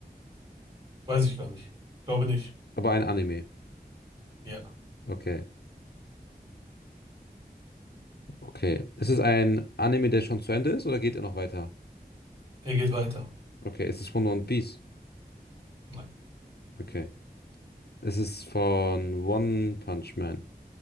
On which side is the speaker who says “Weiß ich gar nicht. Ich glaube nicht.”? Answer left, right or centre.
Right